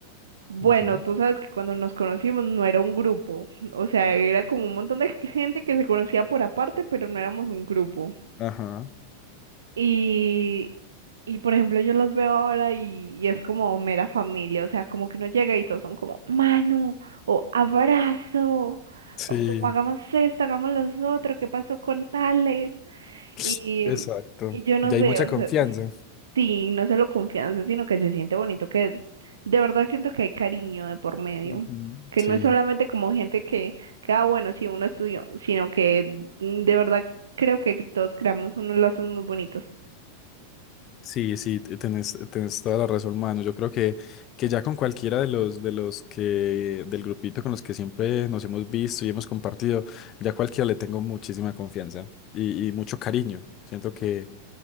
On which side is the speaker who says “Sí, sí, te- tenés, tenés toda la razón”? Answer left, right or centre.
Left